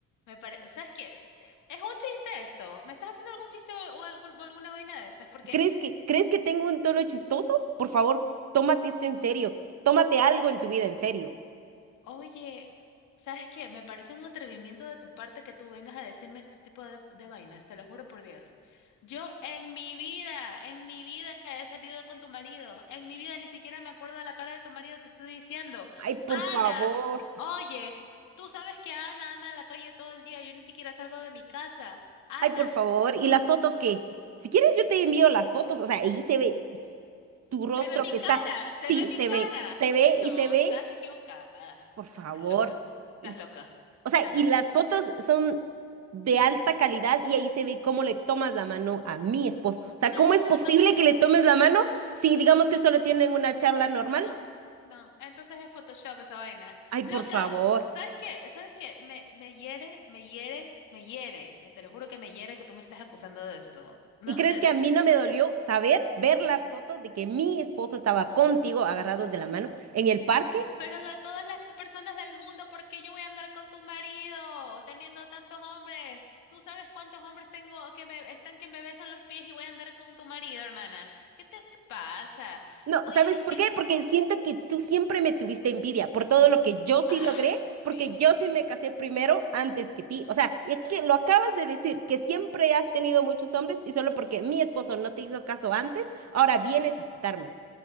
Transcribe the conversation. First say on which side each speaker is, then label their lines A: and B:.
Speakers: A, on the left (about 80°); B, on the right (about 60°).
A: Me parece, ¿sabes qué? Es un chiste esto. ¿Me estás haciendo algún chiste o, o algún- o alguna vaina de estas? Porque,
B: ¿Crees que, crees que tengo un tono chistoso? Por favor, tómate esto en serio. Tómate algo en tu vida en serio.
A: oye, ¿sabes qué? Me parece un atrevimiento de tu parte que tú vengas a decirme este tipo de, de vainas, te lo juro por Dios. Yo en mi vida, en mi vida he salido con tu marido. En mi vida ni siquiera me acuerdo de la cara de tu marido, te estoy diciendo.
B: Ay, por
A: Ana,
B: favor.
A: oye, tú sabes que Ana anda en la calle todo el día, yo ni siquiera salgo de mi casa. Ana
B: Ay, por favor. ¿Y las fotos qué? Si quieres, yo te envío las fotos. O sea, ahí se ve tu
A: Se
B: rostro
A: ve mi
B: que está.
A: cara, se
B: Sí,
A: ve mi
B: se
A: cara.
B: ve. Se ve
A: No,
B: y se ve.
A: estás equivocada.
B: Por favor.
A: Estás loca, estás
B: Y-
A: loca,
B: o sea,
A: estás
B: y
A: loca.
B: las fotos son de alta calidad y ahí se ve cómo le tomas la mano a mi esposo. O sea,
A: No,
B: ¿cómo es posible
A: entonces... No,
B: que le tomes la mano
A: no,
B: si digamos que solo tienen una charla normal?
A: no. No, no. Entonces es Photoshop esa vaina.
B: Ay,
A: Loca,
B: por favor.
A: ¿sabes qué? ¿Sabes qué? Me, me hiere, me hiere, me hiere. Te lo juro que me hiere que tú me estés acusando de esto. No,
B: ¿Y crees
A: no,
B: que a mí no me dolió saber, ver las fotos de que mi esposo estaba contigo agarrados de la mano en el parque?
A: Pero de todas las personas del mundo, ¿por qué yo voy a andar con tu marido teniendo tantos hombres? ¿Tú sabes cuántos hombres tengo que me están que me besan los pies y voy a andar con tu marido, hermana? ¿Qué te pasa?
B: No,
A: Oye,
B: ¿sabes
A: es
B: por
A: que,
B: qué? Porque siento que tú siempre me tuviste envidia por todo lo que yo sí
A: ah,
B: logré,
A: Dios
B: porque
A: mío.
B: yo sí me casé primero antes que ti. O sea, y es que lo acabas de decir, que siempre has tenido muchos hombres y solo porque mi esposo no te hizo caso antes, ahora vienes a quitármelo.